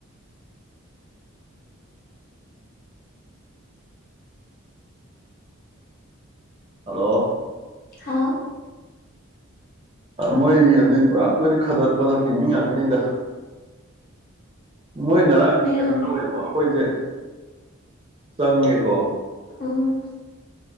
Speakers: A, on the right; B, on the left.
A: ꯍꯜꯂꯣ
B: ꯍꯥꯎ
A: ꯃꯣꯏ ꯑꯗꯩ ꯄꯨꯔꯥ ꯃꯣꯏꯁꯦ ꯈꯗꯔꯛ ꯈꯣꯟꯊꯔꯛꯀꯤ ꯃꯤ ꯉꯥꯛꯇꯅꯤꯗ ꯃꯣꯏ ꯉꯔꯥꯡ
B: ꯃꯌꯥꯝꯁꯦ
A: ꯀꯩꯅꯣ ꯇꯧꯋꯦꯕ ꯑꯩꯈꯣꯏꯁꯦ ꯆꯉꯦꯀꯣ
B: ꯑꯝ